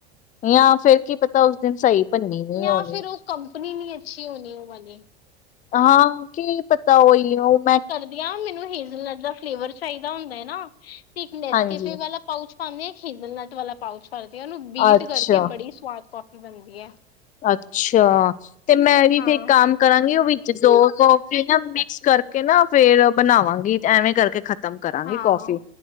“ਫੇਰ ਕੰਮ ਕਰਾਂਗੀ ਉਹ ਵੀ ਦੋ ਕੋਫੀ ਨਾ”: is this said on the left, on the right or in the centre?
Left